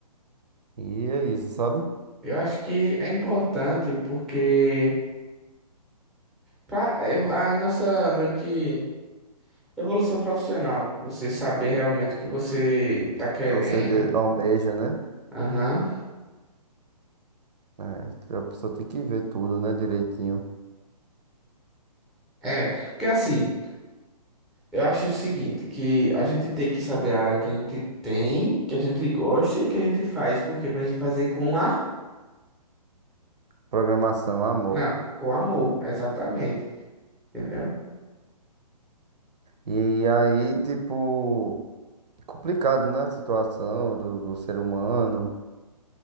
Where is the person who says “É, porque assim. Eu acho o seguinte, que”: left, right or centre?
Centre